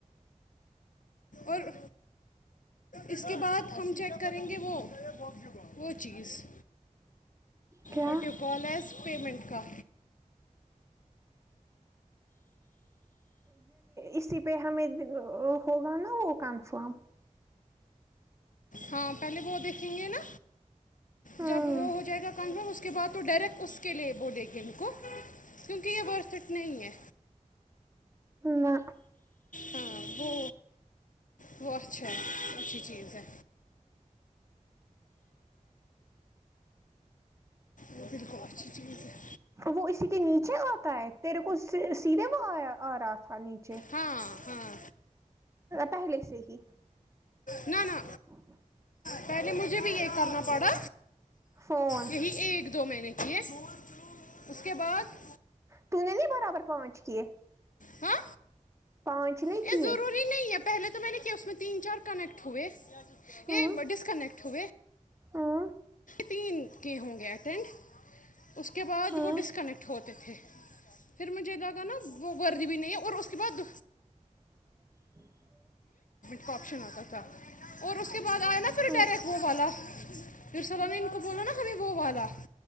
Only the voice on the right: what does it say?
کیا
اسی پہ ہمیں ہوگا نا وہ کنفرم
ہوں
نہ
وہ اسی کے نیچے آتا ہے تیرے کو سیدھے وہ آ رہا تھا نیچے
پہلے سے ہی
اوک
فون
ت نے نہیں برابر پہنچ کی
پانچچن
کی
ہاں
ہاں
ہاں
ٹ
ہاں